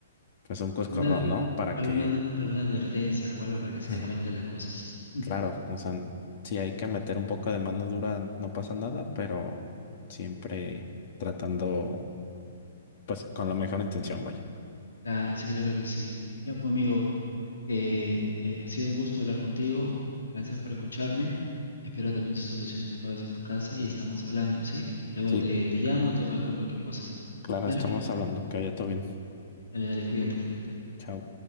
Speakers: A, on the left (about 55°); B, on the left (about 85°).
A: pues un coscorrón,
B: ¿Alguna,
A: ¿no? Para
B: alguna,
A: que
B: alguna advertencia o algo para que se
A: <laughs>
B: dé cuenta de las cosas? <laughs>
A: Claro, o sea, si hay que meter un poco de mano dura, no pasa nada, pero siempre tratando, pues, con la mejor intención, vaya.
B: Claro, sí, claro que sí. Ya, pues, amigo, eh, eh, ha sido un gusto hablar contigo. Gracias por escucharme. Espero también se solucionen las cosas en tu casa y estamos hablando, ¿sí? Luego
A: Sí,
B: te, te llamo, te marco cualquier cosa.
A: claro,
B: Dale.
A: estamos hablando. Que vaya todo bien.
B: Dale, dale, cuídate, cuídate.
A: Chao.